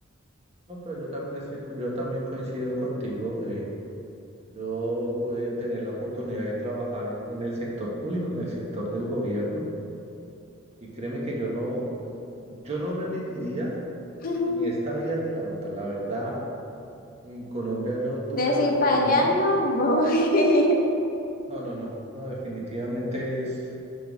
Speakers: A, on the right (about 30°); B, on the left (about 45°).
A: No, pero yo también estoy, co- yo también coincido contigo. eh, yo pude tener la oportunidad de trabajar en, en el sector público, en el sector del gobierno, y créeme que yo no, yo no repetiría
B: <laughs>
A: ni esta vida ni la otra, la verdad. En Colombia yo tuve
B: Decir,
A: la oportunidad.
B: para allá no voy.
A: No, no, no, no, definitivamente es